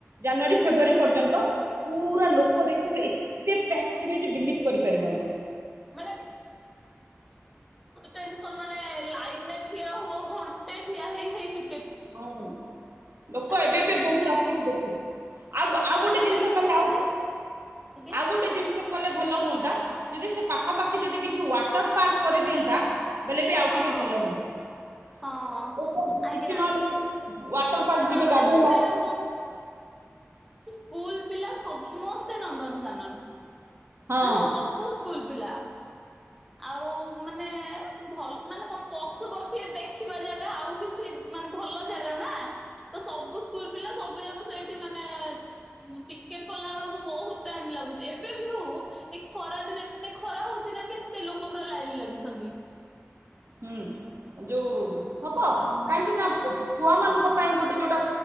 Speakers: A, on the right; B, in the centre.
A: ଜାନୁଆରୀ ଫେବୃଆାରୀ ପର୍ଯ୍ୟନ୍ତ ପୁରା ଲୋକ ଦେଖିବ ଏତେ ପ୍ୟାକ ଥିବେ ଯେ ବିଲିଭ୍ କରିପାରିବନି।
B: ମାନେ ଟେନସନ୍ ମାନେ ଲାଇନରେ ଠିଆ ହୁଅ ଘଣ୍ଟେ ଠିଆ ହେଇ ହେଇ ଟି
A: ହୁଁ ଲୋକ ଏବେ
B: ଶୀତ
A: ବି ବହୁତ
B: ଦିନେ
A: ଆସିକି ଦେଖୁ ଆଉ ଆଉ
B: ତାପରେ
A: ଗୋଟେ ଜିନିଷ
B: ମ୍ୟାଡାମ
A: କଲେ
B: କଣ
A: ଆଉ
B: କହିଲେ ଆଜ୍ଞା
A: ଆଉ ଗୋଟେ ଜିନିଷ କଲେ ଭଲ ହୁଅନ୍ତା। ଯଦି ସେ ପାଖାପାଖି ଯଦି କିଛି ୱାଟର ପାର୍କ। କରିଦିଅନ୍ତା ବେଲେ ବି ଆଉ
B: ହଁ।
A: ଟିକେ ଭଲ ହୁଅନ୍ତା
B: ହଁ
A: ନା।
B: ଆଜ୍ଞା
A: କିଛି ନ ହେଲେ ବି ୱାଟର ପାର୍କ
B: ତାପରେ
A: ଯିବେ
B: ଆଉ ଗୋଟେ
A: ଗାଧେଇବା
B: କଥା ମ୍ୟାଡାମ
A: ପାଇଁ।
B: ସ୍କୁଲ୍ ପିଲା ସମସ୍ତେ ନନ୍ଦନକାନନ।
A: ହଁ।
B: ମାନେ ସବୁ ସୁ ସ୍କୁଲ ପିଲା। ଆଉ ମାନେ। ଭଲ ମାନେ କଣ ପଶୁପକ୍ଷୀ ଦେଖିବା ଯାଗା ଆଉ କିଛି ମାନେ ଭଲ ଜାଗା ନା। ତ ସବୁ ସ୍କୁଲ୍ ପିଲା ସବୁ ଯାକ ସେଇଠି ମାନେ ଟିକେଟ୍ କଲା ବେଳକୁ ବହୁତ ଟାଇମ ଲାଗୁଛି ଏବେ ବି ହଉ ଏ ଖରା ଦିନ ଏତେ ଖରା ହଉଛି ନା କେ କେତେ ଲୋକ ପୁରା ଲାଇନି ଲାଗିଚନ୍ତି।
A: ହୁଁ ଯୋଉ ହବ କାହିଁକି ନା ଛୁଆ ମାନଙ୍କ ପାଇଁ ଗୋଟେ ଯୋଉଟା